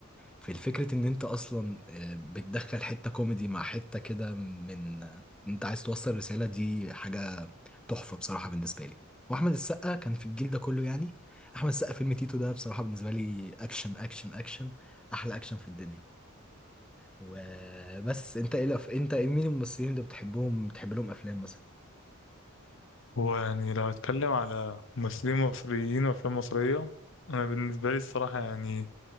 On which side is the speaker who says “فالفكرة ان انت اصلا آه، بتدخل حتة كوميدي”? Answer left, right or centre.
Centre